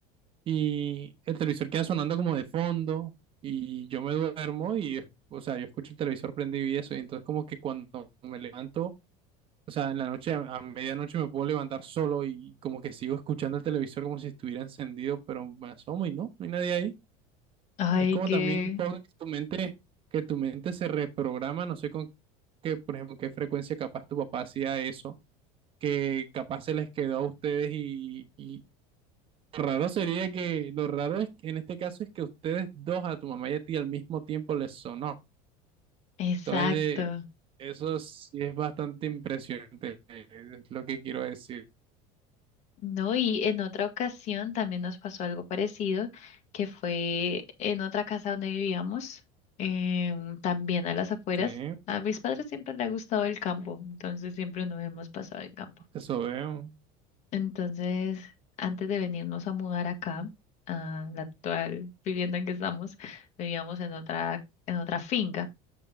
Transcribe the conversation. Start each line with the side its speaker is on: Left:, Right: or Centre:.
Right: Y el televisor queda sonando como de fondo y yo me duermo y, o sea, yo escucho el televisor prendido y eso. Y entonces como que cuando me levanto o sea, en la noche, a a medianoche me puedo levantar solo y como que sigo escuchando el televisor como si estuviera encendido, pero me asomo y no, no hay nadie ahí.
Left: Ay,
Right: Es como
Left: qué.
Right: también poco que tu mente, que tu mente se reprograma, no sé con qué, por ejemplo, qué frecuencia capaz tu papá hacía eso, que capaz se les quedó a ustedes y, y raro sería que, lo raro es que en este caso es que ustedes dos, a tu mamá y a ti al mismo tiempo les sonó.
Left: Exacto.
Right: Entonces, eh, eso sí es bastante impresionante, eh, es lo que quiero decir.
Left: No, y en otra ocasión también nos pasó algo parecido, que fue en otra casa donde vivíamos, em, también a las afueras.
Right: Sí.
Left: A mis padres siempre les ha gustado el campo, entonces siempre nos hemos pasado el campo.
Right: Eso veo.
Left: Entonces, antes de venirnos a mudar acá, a la actual vivienda en que estamos, vivíamos en otra, en otra finca.